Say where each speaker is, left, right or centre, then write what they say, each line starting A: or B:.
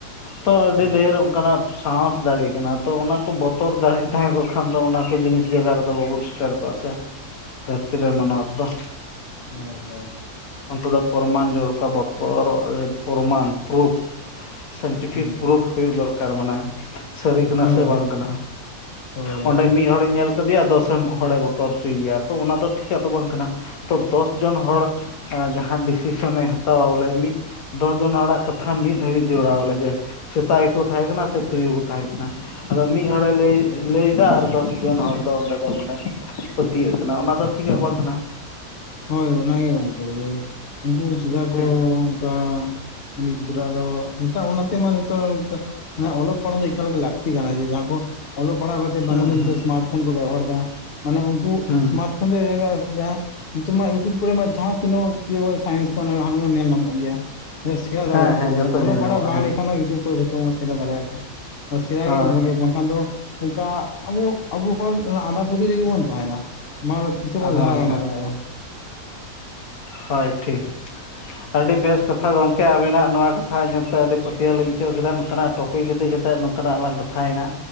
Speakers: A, on the left (about 70°); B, on the left (about 50°).
A: ᱛᱚ ᱟᱹᱰᱤ
B: ᱦᱳᱭ
A: ᱰᱷᱮᱨ ᱚᱱᱠᱟ ᱱᱟᱜ ᱥᱟᱸᱦᱚᱥ ᱫᱟᱲᱮ ᱠᱟᱱᱟ ᱛᱚ ᱚᱱᱟ ᱠᱚ ᱵᱚᱛᱚᱨ ᱫᱟᱲᱮ ᱛᱟᱦᱮᱸ ᱠᱚᱜ ᱠᱷᱟᱱ ᱫᱚ ᱚᱱᱟ ᱠᱚ ᱡᱤᱱᱤᱥ ᱡᱟᱜᱟ ᱨᱮ ᱫᱚ ᱵᱟᱵᱚᱱ ᱥᱮᱴᱮᱨ ᱠᱟᱜᱼᱟ ᱥᱮ ᱫᱷᱟᱹᱨᱛᱤ ᱨᱮ ᱢᱟᱱᱣᱟ ᱠᱚ᱾
B: ᱦᱚᱭ ᱦᱚᱭ
A: ᱩᱱᱠᱩ ᱫᱚ ᱯᱨᱚᱢᱟᱱ ᱡᱚᱲᱠᱟ ᱵᱚᱛᱚᱨᱚᱜ ᱯᱨᱚᱢᱟᱱ ᱯᱨᱩᱯᱷ ᱥᱮᱱᱴᱤᱯᱷᱤᱠ
B: ᱦᱩᱸ
A: ᱯᱨᱩᱯᱷ ᱦᱩᱭᱩᱜ ᱫᱚᱨᱠᱟᱨ ᱢᱟᱱᱮ ᱥᱟᱹᱨᱤ ᱠᱟᱱᱟ
B: ᱦᱳᱭ
A: ᱥᱮ ᱵᱟᱝ ᱠᱟᱱᱟ
B: ᱦᱳᱭ
A: ᱚᱸᱰᱮ ᱢᱤᱫ ᱦᱚᱲᱮ ᱧᱮᱞ ᱠᱟᱫᱮᱭᱟ ᱫᱚᱥ ᱥᱮᱢ ᱦᱚᱲᱮ ᱵᱚᱛᱚᱨ ᱦᱚᱪᱚᱭ ᱮᱭᱟ ᱛᱚ ᱚᱱᱟ ᱫᱚ ᱴᱷᱤᱠᱼᱟᱜ ᱫᱚ ᱵᱟᱝ ᱠᱟᱱᱟ ᱛᱚ ᱫᱚᱥ ᱡᱚᱱ ᱦᱚᱲ ᱡᱟᱦᱟᱸ ᱰᱤᱥᱤᱥᱚᱱᱮ ᱦᱟᱛᱟᱣᱟ ᱵᱚᱞᱮ ᱢᱤᱫ ᱫᱚᱥ ᱡᱚᱱ ᱦᱚᱲᱟᱜ ᱠᱟᱛᱷᱟ ᱢᱤᱫ ᱦᱩᱭᱩᱜ ᱡᱚᱲᱟ ᱵᱚᱞᱮ ᱡᱮ ᱥᱮᱛᱟᱜ ᱜᱮ ᱠᱚ ᱛᱟᱦᱮᱸ ᱠᱟᱱᱟ ᱥᱮ ᱛᱩᱭᱩ ᱜᱮ ᱠᱚ ᱛᱟᱦᱮᱸ ᱠᱟᱱᱟ᱾ ᱟᱫᱚ ᱢᱤᱫ ᱦᱚᱲᱮ ᱞᱟᱹᱭ ᱞᱟᱹᱭ ᱮᱫᱟ ᱟᱨ ᱫᱚᱥ ᱡᱚᱱ ᱦᱚᱲ ᱫᱚ ᱚᱸᱰᱮ ᱢᱟᱱᱮ ᱯᱟᱹᱛᱤᱭᱟᱹᱜ ᱠᱟᱱᱟ ᱚᱱᱟ ᱫᱚ ᱴᱷᱤᱠᱼᱟᱜ ᱵᱟᱝ ᱠᱟᱱᱟ᱾
B: ᱦᱚᱭ ᱚᱱᱟ ᱜᱮ ᱜᱚᱢᱠᱮ ᱡᱮ ᱩᱱᱠᱩ ᱪᱮᱫᱟᱜ ᱠᱚ
A: ᱴᱷᱤᱠ
B: ᱚᱱᱠᱟ ᱩᱱᱤ ᱜᱤᱫᱽᱨᱟᱹ ᱟᱫᱚ ᱱᱮᱛᱟᱨ ᱚᱱᱟ ᱛᱮᱢᱟ ᱱᱤᱛᱚᱜ ᱢᱟᱱᱮ ᱚᱞᱚᱜ ᱯᱟᱲᱦᱟᱜ ᱫᱚ ᱮᱠᱟᱞ ᱜᱮ ᱞᱟᱹᱠᱛᱤ ᱠᱟᱱᱟ ᱡᱮ ᱡᱟᱦᱟᱸ ᱠᱚ᱾ ᱚᱞᱚᱜ ᱯᱟᱲᱦᱟᱣ ᱠᱟᱛᱮᱫ
A: ᱦᱩᱸ
B: ᱵᱟᱝ ᱛᱮ ᱱᱚᱜ
A: ᱦᱩᱸ
B: ᱥᱢᱟᱨᱴ ᱯᱷᱳᱱ ᱠᱚ ᱵᱮᱵᱚᱦᱟᱨ ᱮᱫᱟ ᱢᱟᱱᱮ ᱩᱱᱠᱩ
A: ᱦᱩᱸ
B: ᱥᱢᱟᱨᱴ ᱯᱷᱳᱱ ᱛᱮ ᱡᱟᱸ ᱱᱤᱛᱚᱜ ᱢᱟ ᱭᱩᱴᱩᱵᱽ ᱠᱚᱨᱮ ᱢᱟ ᱡᱟᱦᱟᱸ ᱛᱤᱱᱟᱹᱜ <unintelligible> ᱥᱟᱭᱤᱱᱥ ᱠᱚ ᱧᱮᱞ ᱧᱟᱢᱚᱜ ᱜᱮᱭᱟ ᱥᱮᱭᱟ ᱫᱟᱲᱮ
A: ᱦᱮᱸ
B: ᱟᱠᱚᱣᱟ
A: ᱦᱮᱸ ᱡᱚᱛᱚ
B: ᱚᱞᱚᱜ
A: ᱧᱮᱞ
B: ᱯᱟᱲᱦᱟᱜ
A: ᱧᱟᱢᱚᱜᱼᱟ
B: ᱵᱟᱝ
A: ᱦᱮᱸ
B: ᱞᱟᱹᱭ ᱞᱮᱠᱷᱟᱱ ᱭᱩᱴᱩᱵᱽ ᱠᱚᱛᱮ ᱥᱮᱭᱟ ᱫᱟᱲᱮ ᱟᱠᱚᱣᱟ
A: ᱦᱳᱭ
B: <unintelligible> ᱠᱷᱟᱱ ᱫᱚ ᱚᱱᱠᱟ ᱟᱵᱚ ᱟᱵᱚ ᱦᱚᱲ ᱟᱸᱫᱷᱟ ᱯᱟᱹᱛᱤᱭᱟᱹᱣ ᱨᱮᱜᱮ ᱵᱚᱱ ᱛᱟᱦᱮᱱᱟ᱾ ᱛᱤᱥᱮ
A: ᱦᱳᱭ
B: ᱵᱚᱱ ᱞᱟᱦᱟ ᱵᱟᱱ ᱫᱟᱲᱮᱭᱟᱜᱼᱟ ᱵᱚᱱ
A: ᱦᱚᱭ ᱴᱷᱤᱠ ᱟᱹᱰᱤ ᱵᱮᱥ ᱠᱟᱛᱷᱟ ᱠᱟᱛᱷᱟ ᱜᱚᱢᱠᱮ ᱟᱹᱵᱤᱱᱟᱜ ᱱᱚᱣᱟ ᱠᱟᱛᱷᱟ ᱟᱸᱡᱚᱢ ᱛᱮ ᱟᱹᱰᱤ ᱯᱟᱹᱛᱭᱟᱹᱣ ᱞᱤᱧ ᱟᱹᱭᱠᱟᱹᱣ ᱠᱮᱫᱟ ᱱᱚᱝᱠᱟ ᱱᱟᱜ ᱴᱚᱯᱤᱠ ᱤᱫᱤ ᱠᱟᱛᱮᱫ ᱱᱚᱝᱠᱟ ᱱᱟᱜ ᱞᱟᱝ ᱠᱟᱛᱷᱟ ᱮᱱᱟ